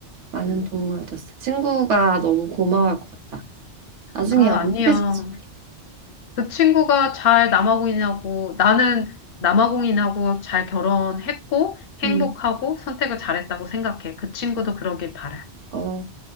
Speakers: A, on the right; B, on the left.
A: 많은
B: 음.
A: 도움을 얻었어. 친구가 너무 고마워할 것 같다. 나중에
B: 아,
A: 언니
B: 아니야.
A: 소개시켜줄게.
B: 그 친구가 잘 남아공인하고 나는 남아공인하고 잘 결혼했고 행복하고
A: 응,
B: 선택을 잘했다고 생각해. 그 친구도 그러길 바래.
A: 어,